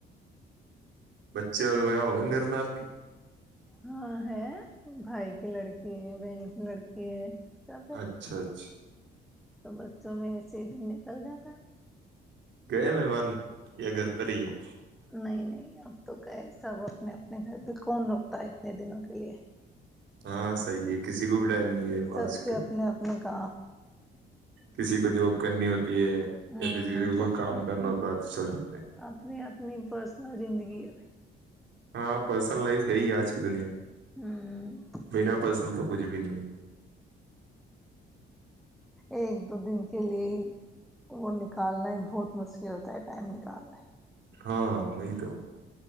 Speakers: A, on the right; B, in the centre.
A: بچے اور وغیرہ ہوں گئے گھر میں آپ کے
B: ہاں ہے بھائی کی لڑکی ہے بہن کی لڑکی ہے سب ہے
A: اچھا اچھا
B: تو بچوں میں ایسے ہی دن نکل جاتا
A: گئے مہمان یا گھر پر ہی ہیں
B: نہیں نہیں اب تو کہ سب اپنے اپنے گھر پہ کون رکتا ہے اتنے دنوں کے لیے
A: ہاں صحیح ہے کسی کو بھی ٹائم نہیں ہے دیکھو
B: سب
A: آج
B: کے
A: کل
B: اپنے اپنے <inaudible>
A: کسی کو جاب کرنی ہوتی ہے یا
B: ہوں
A: پھر کسی کو کوئی
B: سب
A: کام
B: کی اپنی
A: کرنا ہوتا ہے تو چل جاتے ہیں
B: اپنی اپنی پرسنل زندگی ہے
A: ہاں پرسنل لائف ہے ہی آج کی دنیا میں
B: ہ
A: بنا پرس میں تو کچھ بھی نہیں ہے
B: ایک دو دن کے لیے وہ نکالنا ہی بہت مشکل ہوتا ہے ٹائم نکالنا
A: ہاں وہی تو